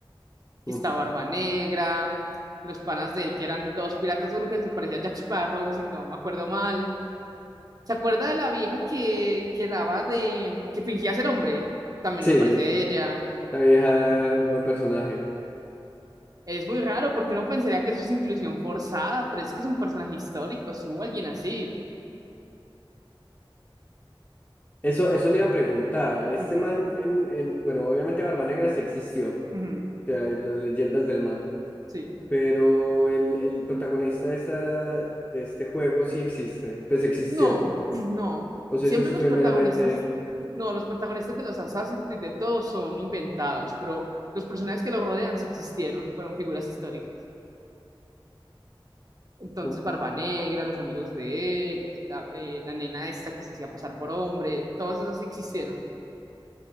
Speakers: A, on the right; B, on the left.
A: Que
B: Mm.
A: está Barba Negra, los panas de él, que eran dos piratas, uno que se parecía a Jack Sparrow, si no me acuerdo mal. ¿Se acuerda de la vieja que, que daba de, que fingía ser hombre? También
B: Sí,
A: me aparece ella.
B: la vieja, buen personaje.
A: Es muy raro porque uno pensaría que eso es inclusión forzada, pero es que es un personaje histórico, si hubo alguien así.
B: Eso, eso le iba a preguntar. Este
A: Ujú,
B: man, en, en- bueno, obviamente Barba Negra sí existió, o
A: ujú,
B: sea, las leyendas del man,
A: sí.
B: pero el, el protagonista de, esta, de este juego sí existe, pues existió.
A: No, <clears throat> no.
B: o sea
A: Siempre
B: eso sí
A: los
B: fue
A: protagonistas,
B: meramente,
A: no, los protagonistas de los Assassin's Creed de todos son inventados, pero los personajes que lo rodean sí existieron, fueron figuras históricas. Entonces,
B: como,
A: Barba Negra, los amigos de él, la, eh, la nena esta que se hacía pasar por hombre, todos esos sí existieron.